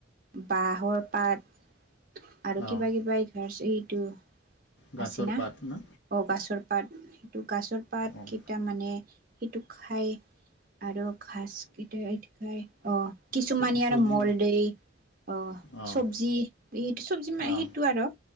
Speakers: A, on the right; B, on the left.
A: বাঁহৰ পাত আৰু
B: অঁ
A: কিবা কিবা এই <unintelligible> এইটো
B: গাছৰ
A: আছিনা
B: পাত না
A: অ গাছৰ পাত সেইটো গাছৰ পাতকেইটা
B: অঁ
A: মানে সেইটো খাই আৰু ঘাচ কেইটা খাই অ কিছুমানে
B: চ চব্জি
A: আৰু মল দেই। অ
B: অঁ
A: চবজি, এই চবজি মা
B: অঁ
A: সেইটো আৰু